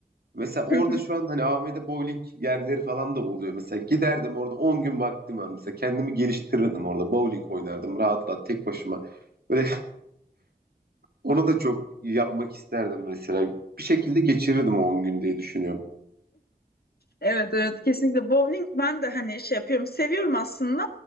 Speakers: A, on the right (about 80°); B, on the left (about 85°).
A: Mesela orada
B: <laughs>
A: şu an hani AVM'de bowling yerleri falan da oluyor. Mesela giderdim orada 10 gün vaktim var. Mesela kendimi geliştirirdim orada. Bowling oynardım rahat rahat tek başıma. Böyle Onu da çok yapmak isterdim mesela. Bir şekilde geçirirdim o 10 gün diye düşünüyorum.
B: Evet evet kesinlikle bowling ben de hani şey yapıyorum seviyorum aslında